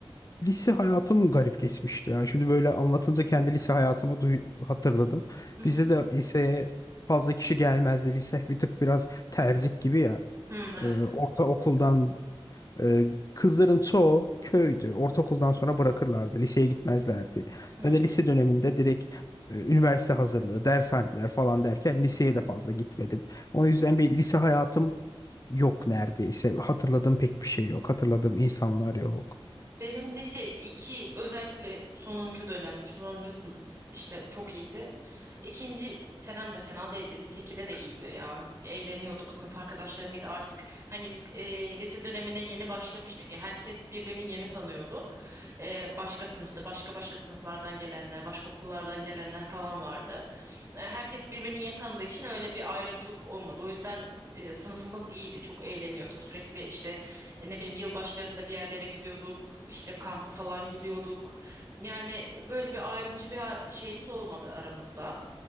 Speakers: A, on the left; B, on the right.
A: Lise hayatım garip geçmişti ya. Şimdi böyle anlatınca kendi lise hayatımı duy- hatırladım.
B: Hı hı.
A: Bizde de liseye fazla kişi gelmezdi. Lise bir tık biraz tercih gibi ya.
B: Hı, evet.
A: Ee, ortaokuldan e, kızların çoğu köydü. Ortaokuldan sonra bırakırlardı. Liseye gitmezlerdi.
B: Hı.
A: Ben de lise döneminde direkt e, üniversite hazırlığı, dershaneler falan derken liseye
B: hı
A: de
B: hı.
A: fazla gitmedim. O yüzden bir lise hayatım yok neredeyse. Hatırladığım pek bir şey yok. Hatırladığım insanlar yok.
B: Benim lise iki özellikle sonuncu dönem, sonuncu sınıf işte çok iyiydi. İkinci senem de fena değildi. Lise 2'de de iyiydi ya. Eğleniyorduk. Sınıf arkadaşlarım iyiydi artık. Hani e, lise dönemine yeni başlamıştık ya. Herkes birbirini yeni tanıyordu. E, başka sınıfta, başka başka sınıflardan gelenler, başka okullardan gelenler falan vardı. E, herkes birbirini yeni tanıdığı için öyle bir ayrımcılık olmadı. O yüzden e, sınıfımız iyiydi. Çok eğleniyorduk. Sürekli işte e, ne bileyim yılbaşlarında bir yerlere gidiyorduk, işte kampa falan gidiyorduk. Yani böyle bir ayrımcı bir ha- şeyimiz olmadı aramızda.